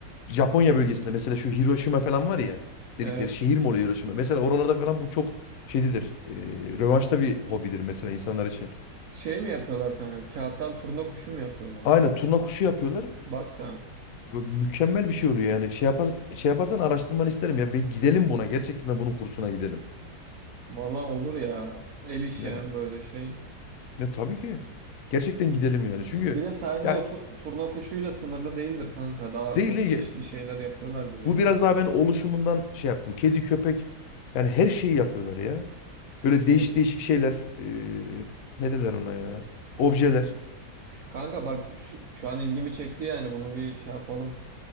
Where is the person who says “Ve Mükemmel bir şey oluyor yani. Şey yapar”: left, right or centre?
Left